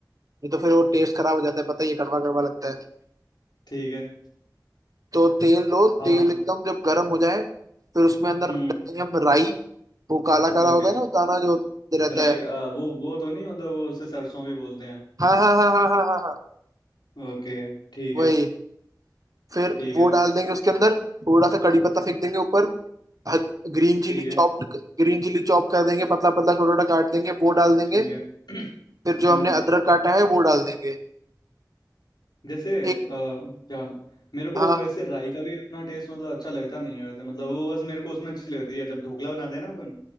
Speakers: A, on the right; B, on the left.
A: नहीं तो फिर वो टेस्ट खराब हो जाता है पता ही है ये कड़वा कड़वा लगता है
B: ठीक है
A: तो तेल लो
B: हाँ
A: तेल एकदम जब गर्म हो जाए फिर उसमें अंदर
B: हम्म
A: डालेंगे हम राई वो काला काला
B: ओके
A: होता है ना वो दाना जो रहता
B: राई
A: है
B: आ, वो वो तो नहीं मतलब वो उसे सरसों भी बोलते हैं
A: हाँ हाँ हाँ हाँ हाँ हाँ हाँ
B: ओके ठीक
A: वही
B: है
A: फिर
B: ठीक
A: वो
B: है
A: डाल देंगे उसके अंदर थोड़ा सा कड़ी पत्ता फेंक देंगे ऊपर green chilli
B: ठीक है
A: chop green chilli chop कर देंगे पतला पतला छोटा छोटा काट देंगे वो डाल देंगे
B: ठीक है <clears throat>
A: फिर जो
B: हम्म
A: हमने अदरक काटा है वो डाल देंगे
B: जैसे
A: ठीक
B: अ, क्या मेरे को
A: हाँ
B: वैसे राई का भी उतना टेस्ट मतलब अच्छा लगता नहीं है वैसे मतलब वो बस मेरे को उसमें अच्छी लगती है जब ढोकला बनाते हैं ना अपन